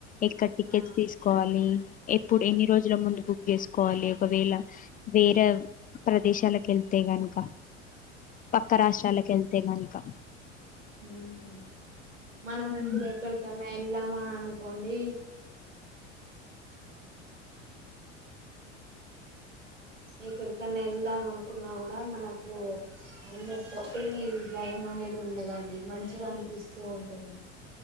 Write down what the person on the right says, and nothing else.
ఆ
మ్మ్ మనం
ఇప్పుడు ఎక్కడికన్నా వెళ్ళామననుకోండి. ఎక్కడికన్నా వెళ్దాం అనుకున్నా కూడా మనకు అందరి తోటి భయం అనేది ఉండదండి. మంచిగా అనిపిస్తూ ఉంటుంది.